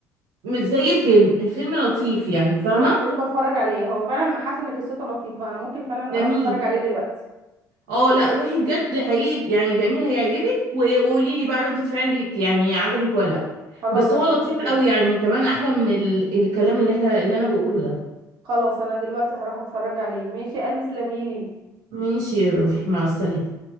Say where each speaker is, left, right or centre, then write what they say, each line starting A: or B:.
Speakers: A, on the right; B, on the right.
A: مش زي الفيلم الفيلم لطيف يعني فاهمه
B: يعني لازم اتفرج عليه هو فعلا حاسه ان قصته لطيفه انا ممكن فعلا
A: جميل
B: اروح اتفرج عليه دلوقتي
A: اه لا روحي بجد حقيقي يعني جميل هيعجبك و- وقولي لي بقى ردة فعلك يعني عجبك ولا لا
B: خلاص
A: بس
B: انا
A: هو لطيف
B: هعمل كده
A: قوي يعني كمان احلى من ال... الكلام اللي احنا اللي انا بقوله ده
B: خلاص انا دلوقتي هروح اتفرج عليه ماشي يا قلبي تسلميلي
A: ماشي يا روحي مع السلامه